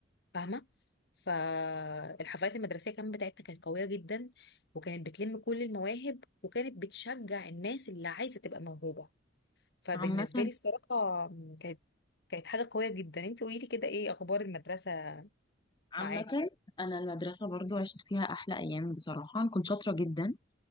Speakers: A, on the left; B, on the left.
A: فاهمه فالحفلات المدرسيه كمان بتاعتنا كانت قويه جدا وكانت بتلم كل المواهب وكانت بتشجع الناس اللي عايزه تبقى موهوبه فبالنسبه
B: عامة
A: لي الصراحه م، كانت كانت حاجه قويه جدا انت قولي لي كده ايه اخبار المدرسه
B: عامة
A: معاكي
B: انا المدرسة برضو عشت فيها احلى ايام بصراحة أنا كنت شاطرة جدا